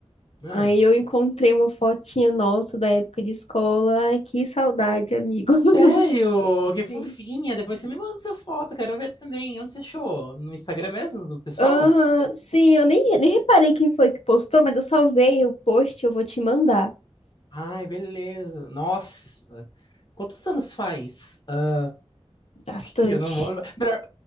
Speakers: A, on the left (about 40°); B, on the left (about 70°).
A: Ah,
B: aí eu encontrei uma fotinha nossa da época de escola. Ai, que saudade, amigo. <laughs>
A: sério? Que fofinha!
B: Sim.
A: Depois você me manda essa foto, quero ver também. Onde você achou? No Instagram mesmo, do pessoal?
B: Aham, sim, eu nem, nem reparei quem foi que postou, mas eu salvei o post, eu vou te mandar
A: Ai, beleza. Nossa! Quantos anos faz? Ah,
B: bastante.
A: <laughs> eu não vou. Melhor-